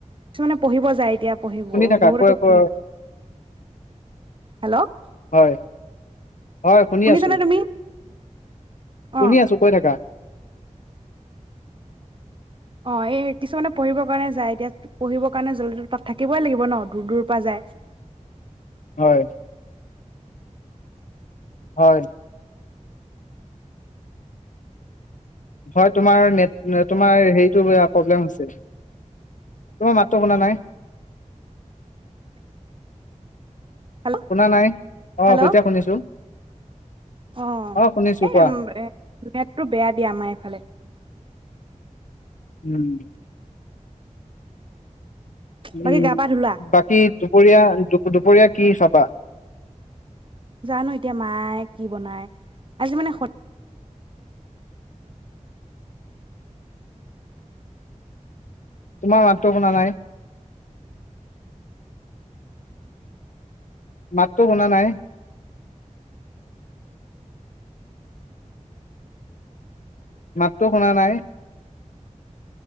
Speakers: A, on the right; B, on the left.
A: কিছুমানে পঢ়িব যায় এতিয়া পঢ়িব
B: শুনি থাকা
A: বহুতেতো
B: কৈ
A: পঢ়
B: কৈ
A: হেল্ল'
B: হয়, হয় শুনি
A: শুনিছানে
B: আছো
A: তুমি
B: শুনি
A: অ
B: আছো কৈ থাকা
A: অ এই কিছুমানে পঢ়িবৰ কাৰণে যায় এতিয়া পঢ়িবৰ কাৰণে জ্বলে তাত থাকিবই লাগিব ন দূৰ দূৰৰ পৰা যায়
B: হয় হয় বত তোমাৰ নেট তোমাৰ হেৰিটো প্ৰব্লেম হৈছে তোমাৰ মাততো শুনা নাই
A: হেল্ল'
B: শুনা নাই অ
A: হেল্ল'
B: সতিয়া শুনিছো
A: অ
B: শুনিছো
A: এ
B: কোৱা
A: নেটটো বেয়া দিয়া আমাৰ এইফালে
B: উম উম
A: বাকী গা পা ধুলা
B: বাকী দুপৰীয়া দুপৰীয়া কি চপা
A: জানো এতিয়া মায়ে কি বনাই আজি মানে
B: তোমাৰ মাতটো শুনা নাই মাতটো শুনা নাই মাতটো শুনা নাই